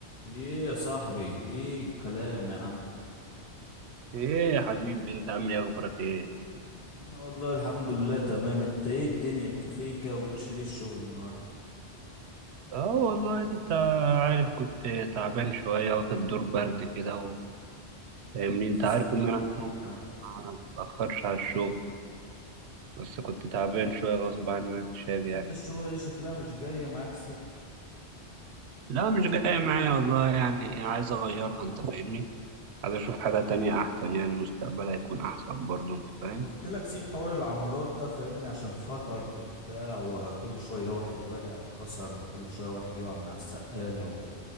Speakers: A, on the left; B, on the right.
A: ايه يا صاحبي ايه الكلام يا عم
B: ايه يا حبيبي انت عامل ايه اخبارك ايه
A: انا والله الحمد لله تمام انت ايه الدنيا انت فين كده وجيتش ليه الشغل النهارده
B: اه والله انت عارف كنت تعبان شوية واخد دور برد كده و- فاهمني
A: الف
B: انت عارف
A: سلامة
B: ان
A: عليك
B: انا الشغل
A: يا عم
B: ما بتأخرش على الشغل بس كنت تعبان شوية غصب عني مش هاجي
A: بس
B: يعني
A: انت الشغلة دي شكلها مش جاية معاك سك
B: لا مش جاية معايا والله يعني عايز اغيرها انت فاهمني عايز اشوف حاجة تانية احسن يعني مستقبلها هيكون احسن برضه انت فاهم
A: ما انا قلت لك سيب حوار العمارات ده فاهمني عشان خطر وبتاع وكل شوية واحد واقع اتكسر وكل شوية واحد يقع من على السقالة